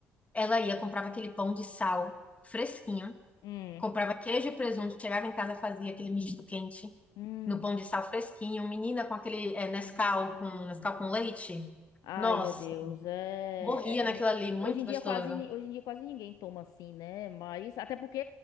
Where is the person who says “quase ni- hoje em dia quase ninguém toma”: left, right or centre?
Left